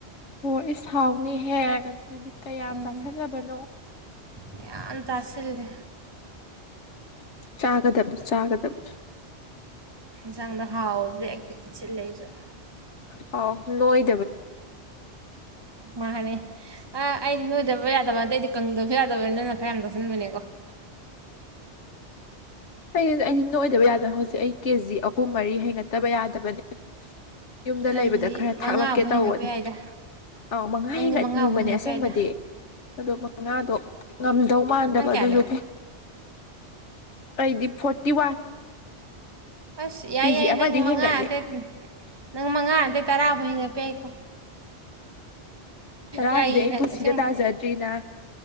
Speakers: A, on the left; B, on the right.
A: ꯑꯣꯣꯏ ꯏꯁꯥꯎꯅꯤ ꯍꯦꯛꯒ ꯑꯗꯨꯗꯤ ꯀꯌꯥꯝ
B: ꯎꯝ
A: ꯆꯥꯥꯁꯜꯂꯕꯅꯣ
B: ꯃꯌꯥꯝ ꯆꯥꯁꯤꯜꯂꯦ
A: ꯆꯥꯒꯗꯝ ꯆꯥꯒꯗꯗꯝ
B: ꯆꯥꯡꯗ ꯍꯥꯎꯗꯦ ꯏꯆ ꯂꯩꯖ
A: ꯑ ꯅꯣꯏ
B: ꯃꯥꯅꯦ ꯑ ꯑꯩꯗꯤ ꯅꯣꯏꯗꯕ ꯌꯥꯗꯕ ꯑꯗ ꯑꯩꯗꯤ ꯀꯪꯗꯕ ꯐꯗꯕꯅꯤ ꯅꯪꯅ ꯈꯔ ꯌꯥꯝ ꯇꯥꯁꯤꯟꯕꯅꯦꯀꯣ <inaudible>
A: ꯑꯩꯗꯤ ꯑꯩꯗꯤ ꯅꯣꯏ ꯑꯣꯏꯗꯕ ꯌꯥꯗꯅ ꯍꯧꯖꯤꯛ ꯑꯩ ꯀꯦꯖꯤ ꯑꯍꯨꯝ ꯃꯔꯤ ꯍꯦꯟꯒꯠꯇꯕ ꯌꯥꯗꯕꯅꯦ ꯌꯨꯝꯗ
B: ꯅꯪꯗꯤ
A: ꯂꯩꯕꯗ ꯈꯔ
B: ꯃꯉꯥꯕꯨ
A: ꯊꯥꯛꯂꯛꯀꯦ ꯇꯧꯕꯅꯦ
B: ꯍꯦꯟꯒꯠꯄ ꯌꯥꯏꯗ
A: ꯑꯥꯎ ꯃꯉꯥ
B: ꯅꯪꯗꯤ
A: ꯍꯦꯟꯒꯠꯟꯅꯤꯡꯕꯅꯦ
B: ꯃꯉꯥꯕꯨ ꯍꯦꯟꯒꯠꯄ
A: ꯑꯁꯦꯡꯕꯗꯤ
B: ꯌꯥꯏꯗ
A: ꯑꯗꯨꯒ ꯉꯥꯗꯣ ꯉꯝ ꯇꯧ ꯃꯥꯟꯗꯕ
B: ꯅꯪ ꯀꯌꯥ
A: ꯑꯗꯨꯁꯨ
B: ꯂꯩ
A: ꯑꯩꯗꯤ ꯐꯣꯔꯇꯤ ꯋꯥꯟ
B: ꯑꯁ ꯌꯥꯏ
A: ꯀꯦꯖꯤ
B: ꯌꯥꯏ
A: ꯑꯃꯗꯤ
B: ꯅꯪ ꯃꯉꯥꯗꯪ
A: ꯍꯦꯟꯒꯠꯂꯦ
B: ꯅꯪ ꯃꯉꯥ ꯑꯗꯩ ꯇꯔꯥꯐꯥꯎ ꯍꯦꯟꯒꯠꯄ ꯌꯥꯏꯀꯣ
A: ꯔꯔꯥꯁꯤꯗꯤ
B: ꯌꯥꯏꯌꯦ
A: ꯑꯩ
B: ꯅꯪ
A: ꯄꯨꯟꯁꯤꯗ
B: ꯑꯁꯦꯡ
A: ꯇꯥꯖꯗ꯭ꯔꯤꯅ